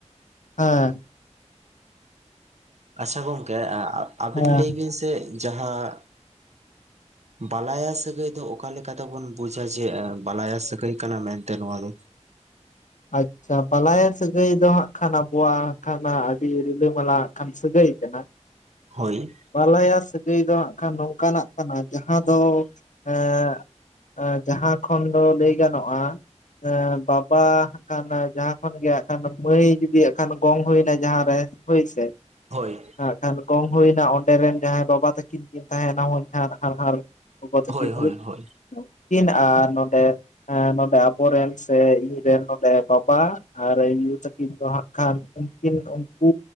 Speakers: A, on the left (about 85°); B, on the right (about 65°).
A: ᱦᱟᱸ
B: ᱟᱪᱪᱷᱟ ᱜᱚᱝᱠᱮ ᱟᱜ ᱟᱜ ᱟᱹᱵᱤᱱ
A: ᱦᱮᱸ
B: ᱞᱟᱹᱭ ᱵᱤᱱ ᱥᱮ ᱡᱟᱦᱟᱸᱼᱼ
A: <inaudible>
B: ᱵᱟᱞᱟᱭᱟ ᱥᱟᱹᱜᱟᱹᱭ ᱫᱚ ᱚᱠᱟ ᱞᱮᱠᱟᱛᱮᱵᱚᱱ ᱵᱩᱡᱽ ᱟ, ᱡᱮ ᱵᱟᱞᱟᱭᱟ ᱥᱟᱹᱜᱟᱹᱭ ᱠᱟᱱᱟ ᱢᱮᱱᱛᱮ ᱱᱚᱣᱟ ᱫᱚ?
A: ᱟᱪᱪᱷᱟ ᱵᱟᱞᱟᱭᱟ ᱥᱟᱹᱜᱟᱹᱭ ᱫᱚ ᱦᱟᱸᱜ ᱠᱷᱟᱱ ᱟᱵᱚᱣᱟᱜ ᱠᱷᱟᱱᱟᱜ ᱟᱹᱰᱤ ᱨᱤᱞᱟᱹᱢᱟᱞᱟ ᱦᱟᱸᱜ ᱠᱷᱟᱱ ᱥᱟᱹᱜᱟᱹᱭ ᱠᱟᱱᱟ᱾ <inaudible>
B: ᱦᱳᱭ,
A: ᱵᱟᱞᱟᱭᱟ ᱥᱟᱹᱜᱟᱹᱭ ᱫᱚ ᱦᱟᱸᱜ ᱠᱷᱟᱱ ᱱᱚᱝᱠᱟᱱᱟᱜ ᱠᱟᱱᱟ ᱡᱟᱦᱟᱸ ᱫᱚ ᱦᱮᱸᱜᱼᱼ ᱮᱸ ᱡᱟᱦᱟᱸ ᱠᱷᱚᱱ ᱫᱚ ᱞᱟᱹᱭ ᱜᱟᱱᱚᱜᱼᱟ, ᱮᱸ ᱵᱟᱵᱟ ᱦᱟᱜ ᱠᱷᱟᱱ ᱡᱟᱦᱟᱸ ᱠᱷᱚᱱ ᱜᱮᱭᱟᱜ ᱠᱷᱟᱱ, ᱢᱟᱹᱭ ᱡᱩᱫᱤᱭᱟᱜ ᱠᱷᱟᱱ ᱜᱚᱝ ᱦᱩᱭᱮᱱᱟ ᱡᱟᱦᱟᱸ ᱨᱮ ᱦᱳᱭ ᱥᱮ,
B: ᱦᱳᱭ ᱾
A: ᱦᱟᱸᱜ ᱠᱷᱟᱱ ᱜᱚᱝ ᱦᱩᱭ ᱮᱱᱟ ᱚᱸᱰᱮ ᱨᱮᱱ ᱡᱟᱦᱟᱸᱭ ᱵᱟᱵᱟ ᱛᱟᱹᱠᱤᱱ ᱠᱤᱱ ᱛᱟᱦᱮᱸᱱᱟ ᱦᱚᱧᱦᱟᱨ, ᱦᱟᱱᱦᱟᱨᱼᱼ ᱜᱚᱜᱚ ᱛᱤᱠᱤᱱ
B: ᱦᱳᱭ
A: ᱦᱩᱵᱤᱱ
B: ᱦᱳᱭ ᱦᱳᱭ
A: <unintelligible> ᱠᱤᱱ ᱟᱨ ᱱᱚᱸᱰᱮ, ᱱᱚᱸᱰᱮ ᱟᱵᱚᱨᱮᱱ ᱥᱮ ᱤᱭᱟᱹ ᱨᱮᱱ ᱫᱚ ᱮ ᱵᱟᱵᱟ ᱟᱨ ᱭᱩ ᱛᱟᱹᱠᱤᱱ ᱫᱚ ᱦᱟᱸᱜ ᱠᱷᱟᱱ ᱩᱱᱠᱤᱱ ᱩᱱᱠᱩᱼᱼ